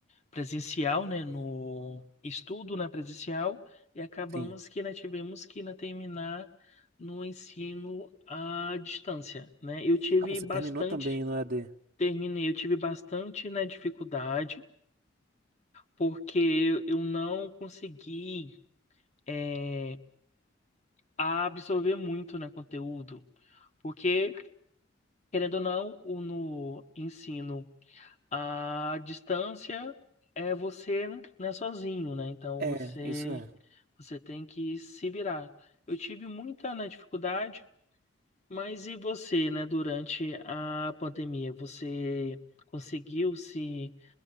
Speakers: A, on the left; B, on the right.
A: presencial, né? No estudo na presencial e acabamos
B: Sim.
A: que ainda tivemos que ainda terminar no ensino à distância, né? Eu tive
B: Ah, você
A: bastante,
B: terminou também no EAD?
A: terminei, eu tive bastante, né, dificuldade porque eu não consegui é, absorver muito, né, conteúdo. Porque, querendo ou não, o no ensino A distância é você, né, sozinho, né? Então
B: É,
A: você
B: isso é.
A: você tem que se virar. Eu tive muita, né, dificuldade, mas e você, né, durante a pandemia? Você conseguiu se